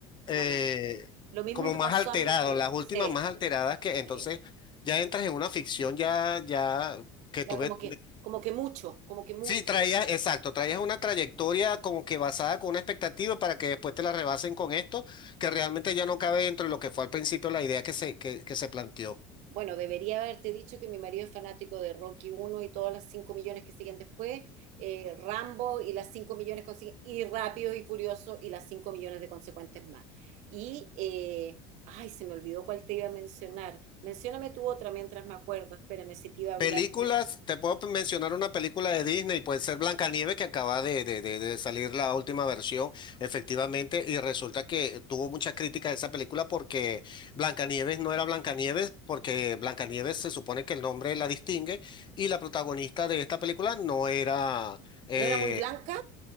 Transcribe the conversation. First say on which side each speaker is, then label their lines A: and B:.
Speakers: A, on the left (about 35°); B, on the right (about 65°).
A: eh,
B: Ah, lo mismo
A: como
B: me
A: más
B: pasó
A: alteradas,
B: a mí que,
A: las últimas
B: sí,
A: más alteradas que entonces
B: sí,
A: ya entras en una ficción ya, ya que
B: ya
A: tuve
B: como que, como que mucho, como que mucho.
A: Sí, traías, exacto, traías una trayectoria como que basada con una expectativa para que después te la rebasen con esto, que realmente ya no cabe dentro de lo que fue al principio la idea que se, que, que se planteó.
B: Bueno, debería haberte dicho que mi marido es fanático de Rocky uno y todas las 5 millones que siguen después, eh, Rambo y las 5 millones consiguen, y Rápidos y Furiosos y las 5 millones de consecuentes más. Y, eh, ay, se me olvidó cuál te iba a mencionar. Mencióname tú otra mientras me acuerdo, espérame si te iba a hablar
A: Películas,
B: de...
A: te puedo mencionar una película de Disney, puede ser Blancanieves, que acaba de, de, de- de salir la última versión,
B: ah,
A: efectivamente,
B: no.
A: y resulta que tuvo muchas críticas esa película porque Blancanieves no era Blancanieves, porque Blancanieves se supone que el nombre la distingue, y la protagonista de esta película no era. eh,
B: ¿No era muy blanca?